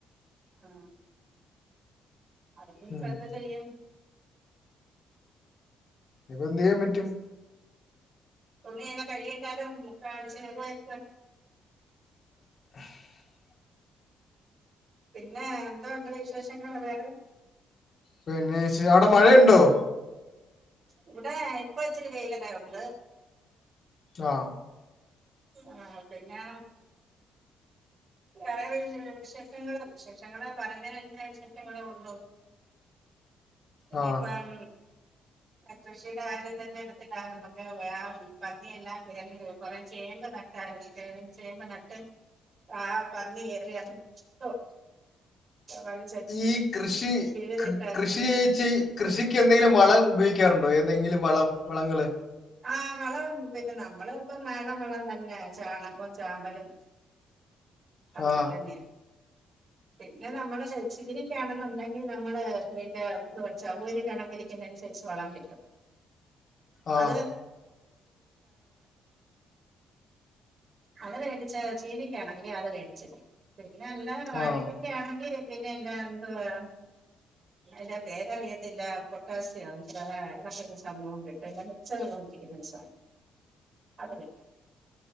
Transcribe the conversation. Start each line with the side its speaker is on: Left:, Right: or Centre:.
Right: ആഹ് അത് ഇനി ഇപ്പൊ
Left: ഉം
Right: എന്ത് ചെയ്യും?
Left: ഇപ്പൊ എന്ത്യ്യാൻ പറ്റും?
Right: തുണിയൊക്കെ കഴുകി ഇട്ടാലും <unintelligible>
Left: <inaudible>
Right: പിന്നെ എന്തോ ഉണ്ട് വിശേഷങ്ങൾ വേറെ?
Left: പിന്നെ ശ് അവിടെ മഴയുണ്ടോ?
Right: ഇവിടെ ഇപ്പ ഇച്ചിരി വെയിലൊക്കെ ഉണ്ട്.
Left: ആഹ്
Right: ആഹ് പിന്നെ വേറെ വിശേഷങ്ങള് വിശേഷങ്ങള് പറഞ്ഞ് കഴിഞ്ഞാ വിശേഷങ്ങളേ ഉള്ളു. ഇനിപ്പം
Left: ആ
Right: കൃഷിയുടെ കാര്യം തന്നെ <unintelligible> <unintelligible> പന്നിയെല്ലാം കയറി കൊറെ ചേമ്പ് നട്ടായിരുന്നു ചേമ്പ നട്ട് ആഹ് പന്നി കേറി അത് <unintelligible>
Left: ഈ കൃഷി
Right: പിഴുതിട്ടൊക്കെ
Left: കൃഷി <unintelligible> കൃഷിക്ക് എന്തെങ്കിലും വളം ഉപയോഗിക്കാറുണ്ടോ ഏതെങ്കിലും വളം വളങ്ങള്.
Right: ആഹ വളം പിന്നെ നമ്മള് ഇപ്പം നാടൻ വളം തന്നെ ചാണകും ചാമ്പലും. അതൊക്കെ
Left: ആ
Right: തന്നെയാ. പിന്നെ നമ്മള് <unintelligible> ക്കാണെന്നുണ്ടെങ്കിൽ നമ്മള് പിന്നെ <unintelligible> <unintelligible> അനുസരിച്ച് വളം വെക്കും
Left: ആ
Right: അത് <unintelligible> അത് മേടിച്ച ചീവിക്കയാണെങ്കിൽ അത് മേടിച്ചിട്ടും പിന്നെ നല്ല വാഴക്ക
Left: ആ
Right: ക്കെ ആണെങ്കിൽ പിന്നെല്ലാ എന്തു വാ അല്ല തേങ്ങ വീഴത്തില്ല പൊട്ടാസ്യം <unintelligible> <unintelligible> അത് കിട്ടും